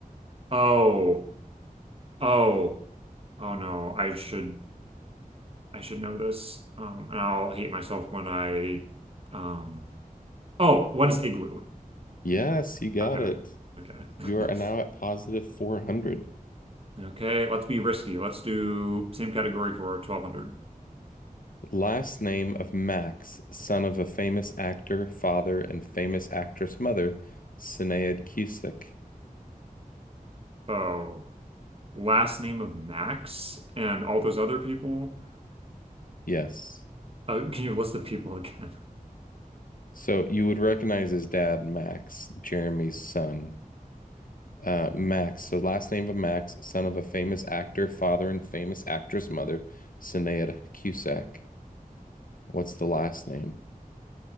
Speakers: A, on the right (about 40°); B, on the left (about 70°).
A: Oh. Oh. Oh no. I should I should know this. Um and I'll hate myself when I um Oh, what is igloo?
B: Yes, you got
A: Okay.
B: it.
A: Okay.
B: You are
A: <laughs>
B: now at positive 400.
A: Okay, let's be risky. Let's do same category for 1200.
B: Last name of Max, son of a famous actor, father, and famous actress mother, Sinead Cusick.
A: Oh. Last name of Max and all those other people.
B: Yes.
A: Uh, <laughs> can you list the people again?
B: So you would recognize his dad, Max, Jeremy's son. Uh, Max. So last name of Max, son of a famous actor, father and famous actress mother, Sinead Cusack. What's the last name?